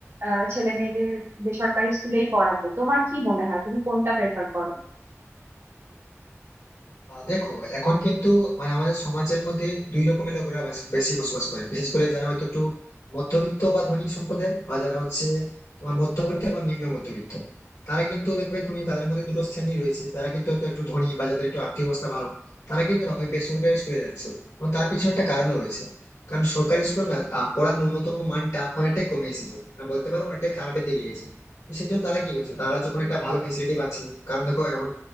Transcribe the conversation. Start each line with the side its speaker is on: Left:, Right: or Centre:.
Right: আহ ছেলে মেয়েদের বেসরকারি স্কুলেই পড়াতে তোমার কি মনে হয় তুমি কোনটা প্রেফার করো
Left: আহ দেখো এখন কিন্তু মানে আমাদের সমাজের মধ্যে দুই রকমের লোকেরা বাস- বেশি বসবাস করে বিশেষ করে যারা হয়তো একটু মধ্যবিত্ত বা ধনী সম্প্রদায় বা যারা হচ্ছে তোমার মধ্যবিত্ত এবং নিম্ন মধ্যবিত্ত তারা কিন্তু দেখবে তুমি তাদের মধ্যে দুটো শ্রেণী রয়েছে যারা কিন্তু হয়তো একটু ধনী বা যাদের একটু আর্থিক অবস্থা ভালো তারা কিন্তু না ওই বেসরকারি স্কুলে যাচ্ছে এবং তার পিছনে একটা কারণও রয়েছে কারণ সরকারি স্কুলে না আহ, পড়ার ন্যূনতম মানটা অনেকটাই কমে এসেছে মানে বলতে পারো অনেকটাই খারাপের দিকে গেছে তো সেই জন্য তারা কি করছে তারা যখন একটা ভালো ফেসিলিটি পাচ্ছে কারণ দেখো এখন